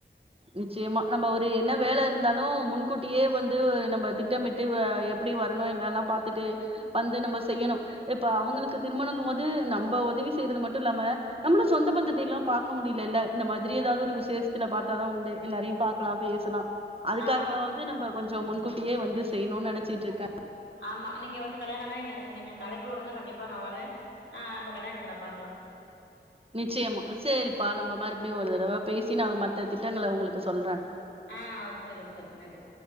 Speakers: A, on the right; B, on the left.
A: நிச்சயமா நம்ம ஒரு என்ன வேல இருந்தாலு முன்கூட்டியே வந்து நம்ம திட்டமிட்டு எப்டி வரணு எல்லெல்லா பாத்துட்டு வந்து நம்ம செய்யணு இப்ப அவங்களுக்கு திருமணங்க போது நம்ம உதவி செய்யறது மட்டு இல்லாம நம்மளு சொந்த பந்தத்தை எல்லா பாக்க முடியலல்ல இந்த மாதிரி ஏதாவது ஒரு விஷேஷத்துல பாத் தாதா உண்டு எல்லாரையும் பார்க்கலாம் பேஸ்சலா அதுக்காகாவது
B: ஆமா
A: நம்ப கொஞ்சோ முன் கூட்டியே வந்து செய்ணுன் நெனச்சிட்டு இருக்க
B: ஆமா நீங்க வந்து கல்யாணன்னா என்ன கொஞ்ச கலப்பி உடுங்க கண்டிப்பா நா வர ஆ நம்ப கல்யாணத்துல பாக்லா
A: நிச்சயமா சேரிப்பா நம்ம மறுபடியு ஒரு தடவ பேசி நா மத்த திட்டங்கள உங்களுக்கு சொல்ற
B: ஆ சொல்லுங்க சொல்லுங்க நன்றி